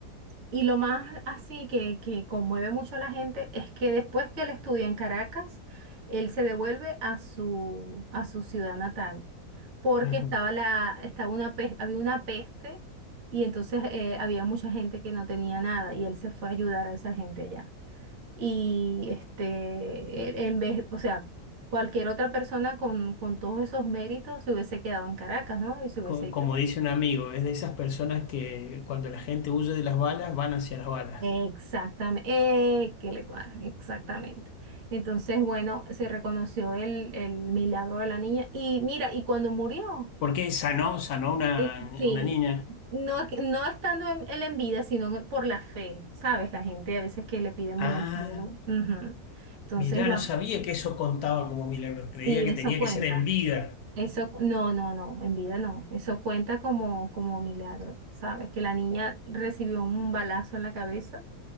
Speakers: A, on the right; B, on the left.
A: Y lo más así que, que conmueve mucho a la gente es que después que él estudia en Caracas, él se devuelve a su, a su ciudad natal, porque
B: ajá.
A: estaba la, estaba una, pes- había una peste y entonces eh, había mucha gente que no tenía nada y él se fue a ayudar a esa gente allá. Y este, él- en vez, o sea, cualquier otra persona con, con todos esos méritos se hubiese quedado en Caracas, ¿no? Y se hubiese
B: Co-
A: ido.
B: Como dice un amigo, es de esas personas que cuando la gente huye de las balas, van hacia las balas.
A: Exactamente, que le cuadra, exactamente. Entonces, bueno, se reconoció el, el milagro de la niña. Y mira, y cuando murió,
B: ¿Por qué sanó, sanó una,
A: eh, sí,
B: una niña?
A: no, es que- no estando en- él en vida, sino que por la fe, ¿sabes? La gente a veces que le pide mucho.
B: Ah,
A: ujú. Entonces,
B: mirá,
A: la,
B: no sabía que eso contaba como milagros. Creía
A: sí,
B: que
A: eso
B: tenía
A: cuenta.
B: que ser en vida.
A: Eso, cu- no, no, no, en vida no. Eso cuenta como, como milagro, ¿sabes? Que la niña recibió un balazo en la cabeza